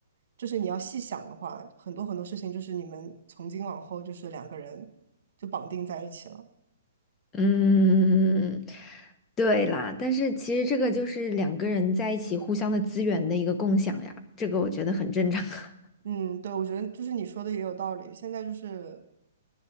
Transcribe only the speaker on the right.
就是你要细想的话，很多很多事情就是你们从今往后就是两个人就绑定在一起了。
嗯，对，我觉得就是你说的也有道理。现在就是，